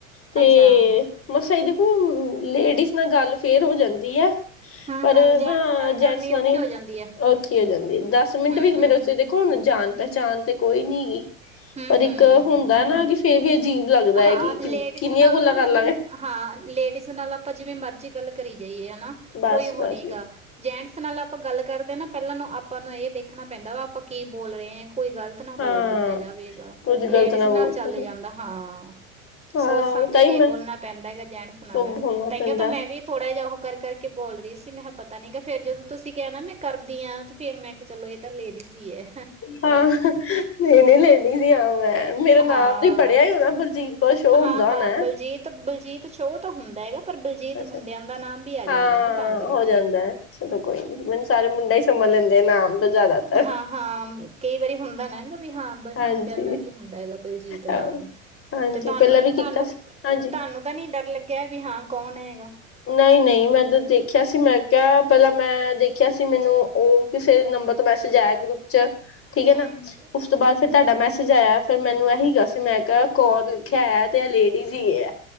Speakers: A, on the left; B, on the right.
A: ਤੇ
B: ਅੱਛਾ
A: ਮਸਾਂ ਇਹ ਦੇਖੋ ਲੇਡੀਜ਼ ਨਾਲ ਗੱਲ ਫੇਰ ਹੋ ਜਾਂਦੀ ਆ।
B: ਹੂੰ-ਹੂੰ
A: ਪਰ ਇਹ
B: ਜੈਂਟਸ
A: ਨਾ
B: ਨਾਲ ਕਰਨੀ
A: ਜੈਂਟਸ ਨਾਲ
B: ਔਖੀ
A: ਨੀ।
B: ਹੋ ਜਾਂਦੀ ਐ
A: ਔਖੀ ਹੋ ਜਾਂਦੀ। ਦਸ ਮਿੰਟ
B: ਹੂੰ-ਹੂੰ,
A: ਵੀ ਮੇਰੇ ਵਾਸਤੇ ਦੇਖੋ ਹੁਣ ਜਾਣ-ਪਹਿਚਾਣ ਤੇ ਕੋਈ ਨੀ ਹੀ,
B: ਹੂੰ-ਹੂੰ।
A: ਪਰ ਇੱਕ ਹੁੰਦਾ ਨਾ ਕਿਸ ਫੇਰ ਵੀ ਅਜੀਬ ਲੱਗਦਾ ਹੈ
B: ਹਾਂ
A: ਕਿ
B: ਲੇਡੀਜ਼
A: ਕਿੰਨੀਆਂ
B: ਨਾਲ
A: ਕੋਲਾਂ
B: ਨਾ
A: ਕਰ
B: ਮਤਲਬ
A: ਲਾਂਗੇ।
B: ਹਾਂ, ਲੇਡੀਜ਼ ਨਾਲ ਆਪਾਂ ਜਿਵੇਂ ਮਰਜ਼ੀ ਗੱਲ ਕਰੀ ਜਾਈਏ ਹਨਾ,
A: ਬਸ
B: ਕੋਈ ਉਹ
A: ਬਸ
B: ਨਹੀਂ ਗਾ। ਜੈਂਟਸ ਨਾਲ ਆਪਾਂ ਗੱਲ ਕਰਦੇ ਹਾਂ, ਨਾ ਪਹਿਲਾਂ ਆਪਾਂ ਨੂੰ ਇਹ ਦੇਖਣਾ ਪੈਂਦਾ ਵਾ ਆਪਾਂ ਕੀ ਬੋਲ ਰਹੇ ਹਾਂ ਕੋਈ ਗੱਲ ਪਤ ਨਾ
A: ਹਾਂ
B: ਬੋਲ ਦਿੱਤਾ ਜਾਵੇਗਾ,
A: ਕੁੱਝ ਗ਼ਲਤ
B: ਲੇਡੀਜ਼
A: ਨਾ
B: ਨਾਲ
A: ਬੋਲ
B: ਚੱਲ ਜਾਂਦਾ ਹਾਂ।
A: ਹਾਂ
B: ਸੋਚ ਸਮਝ
A: ਤਾਂਹੀ
B: ਕੇ
A: ਮੈਂ
B: ਬੋਲਣਾ ਪੈਂਦਾ ਹੈਗਾ ਜਹਿਣਸ ਨਾਲ
A: ਬੋਲਣਾ
B: ਤਾਓ
A: ਪੈਂਦਾ
B: ਤਾਂ ਮੈਂ ਵੀ ਥੋੜਾ ਜਿਹਾ ਉਹ ਕਰਕੇ ਬੋਲ ਰਹੀ ਸੀ ਮੈਂ ਕਿਹਾ ਪਤਾ ਨੀਗਾ਼ੇਰ ਜਦੋਂ ਤੁਸੀਂ ਕਹਿਣਾ ਮੈਂ ਕਰਦੀ ਹਾਂ ਤੇ ਫੇਰ ਮੈਂ ਚਲੋ ਇਹ ਤਾਂ ਲੇਦੀਜ਼ ਹੀ ਹੈ
A: ਹਾਂ ਇਹ ਨਹੀਂ ਲੈਣੀ ਸੀ ਆ ਮੈਂ ਮੇਰਾ
B: ਹਾਂ
A: ਨਾਮ ਤੇ ਹੀ ਪੜਿਆ ਹੀ ਹੋਣਾ ਬਲਜੀਤ ਕੁਰਸ਼ ਉਹ
B: ਹਾਂ-ਹਾਂ
A: ਹੁੰਦਾ ਹੋਣਾ
B: ਬਲਜੀਤ ਬਲਜੀਤ ਸ਼ੋ ਤਾਂ ਹੁੰਦਾ ਹੈਗਾ ਪਰ ਬਲਜੀਤ
A: ਅੱਛਾ
B: ਮੁੰਡਿਆਂ ਦਾ ਨਾਮ ਵੀ ਆ ਜਾਂਦਾ
A: ਹਾਂ
B: ਨਾ ਤਾਂ ਕਰਕੇ
A: ਹੋ ਜਾਂਦਾ ਹੈ ਚਲੋ ਕੋਈ ਨੀ ਮੈਨੂੰ ਸਾਰੇ ਮੁੰਡਾ ਹੀ ਸੰਭਰ ਲੈਂਦੇ ਆ ਨਾਮ ਤੋਂ ਜ਼ਿਆਦਾਤਰ
B: ਹਾਂ ਹਾਂ ਕਈ ਵਾਰੀ ਹੁੰਦਾ ਨਾ ਹੈਗਾ ਵੀ ਹਾਂ
A: ਹਾਂਜੀ
B: ਮੁੰਡਿਆਂ ਦਾ ਵੀ ਹੁੰਦਾ ਹੈਗਾ ਬਲਜੀਤ
A: ਹਾਂਜੀ
B: ਨਾਮ ਤੇ ਤੁਹਾਨੂੰ
A: ਪਹਿਲਾਂ ਵੀ
B: ਤੁਹਾਨੂੰ
A: ਕੀਤਾ
B: ਤੁਹਾਨੂੰ
A: ਸੀ ਹਾਂਜੀ
B: ਪਤਾ ਨੀ ਡਰ ਲੱਗਿਆ ਵੀ ਹਾਂ ਕੌਣ ਹੈਗਾ
A: ਨਹੀਂ ਨਹੀਂ ਮੈਂ ਤਾਂ ਦੇਖਿਆ ਸੀ, ਮੈਂ ਕਿਹਾ ਪਹਿਲਾਂ ਮੈਂ ਦੇਖਿਆ ਸੀ ਮੈਨੂੰ ਉਹ ਕਿਸੇ ਨੰਬਰ ਤੋਂ ਮੈਸੇਜ ਆਇਆ ਗਰੁੱਪ 'ਚ ਠੀਕ ਹੈ
B: ਹੂੰ
A: ਨਾ, ਉਸ ਤੋਂ ਬਾਅਦ ਫਿਰ ਤੁਹਾਡਾ ਮੈਸੇ ਸਜ ਆਇਆ, ਫਿਰ ਮੈਨੂੰ ਇਹੀ ਹੇਗਾ ਸੀ ਮੈਂ ਕਿਹਾ ਕੌਰ ਲਿਖਿਆ ਤੇ ਇਹ ਲੇਡੀਜ਼ ਹੀ ਹੈ।